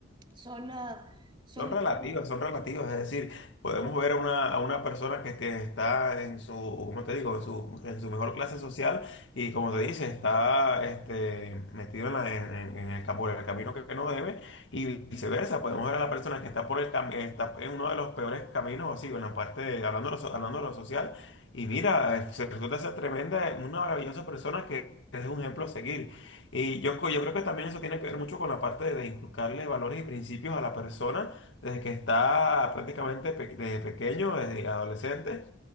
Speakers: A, on the right (about 25°); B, on the left (about 60°).
A: son, ah, son
B: Son
A: un
B: relativas,
A: poco
B: son relativas, es decir, podemos ver a una, a una persona que este, está en su, ¿cómo te digo?, en su, en su mejor clase social y como te dice, está este, metido en, la- en- en- en el, cam- por el camino que no debe y viceversa, podemos ver a la persona que está por el cam- está en uno de los peores caminos, así, en la parte, de- hablando de lo, so- hablando de lo social, y mira, eh, se resulta ser tremenda, una maravillosa persona que es un ejemplo a seguir. Y yo, co- yo creo que también eso tiene que ver mucho con la parte de de inculcarle valores y principios a la persona desde que está prácticamente pe- desde pequeño, desde adolescente,